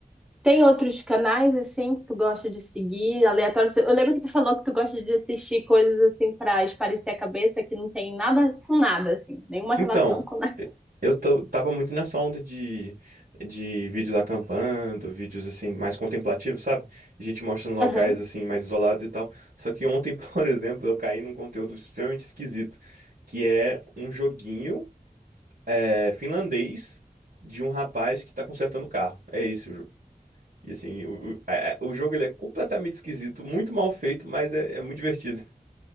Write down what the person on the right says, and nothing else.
Então,
e- eu tô- tava muito nessa onda de, de vídeos acampando, vídeos assim, mais contemplativos, sabe? A gente mostrando locais
assim, mais isolados e tal. Só que ontem, <laughs> por exemplo, eu caí num conteúdo extremamente esquisito, que é um joguinho eh, finlandês de um rapaz que tá consertando o carro. É esse o jogo. E assim, o, o, a- a- o jogo ele é completamente esquisito, muito mal feito, mas é é muito divertido. <laughs>